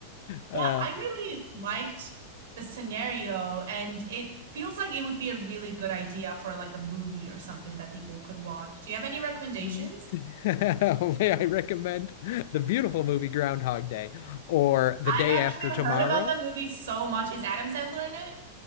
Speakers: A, on the left; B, on the right.
A: Uh
B: Yeah, I really liked the scenario, and it feels like it would be a really good idea for like a movie or something that people could watch. Do you have any recommendations?
A: <laughs> may I recommend the beautiful movie Groundhog Day or The Day
B: I've actually
A: After
B: heard
A: Tomorrow?
B: about that movie so much. Is Adam Sandler in it?